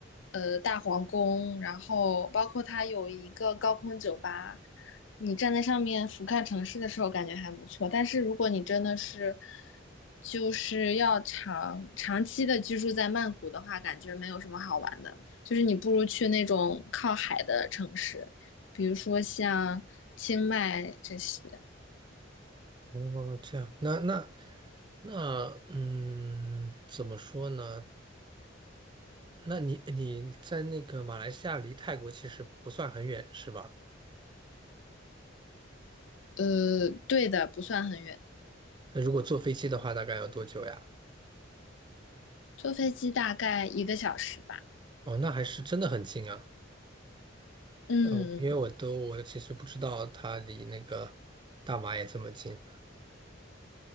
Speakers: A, on the left; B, on the right.
A: 呃大皇宫，然后包括它有一个高空酒吧，你站在上面俯瞰城市的时候，感觉还不错。但是如果你真的是就是要长长期的居住在曼谷的话，感觉没有什么好玩的。就是你不如去那种靠海的城市，比如说像清迈这些。
B: 哦，这样，那那那，嗯，怎么说呢？那你你在那个马来西亚离泰国其实不算很远，是吧？
A: 呃，对的，不算很远，
B: 那如果坐飞机的话，大概要多久呀？
A: 坐飞机大概一个小时吧。
B: 哦，那还是真的很近啊。
A: 嗯，
B: 呃，我因为我都我其实不知道它离那个大马也这么近。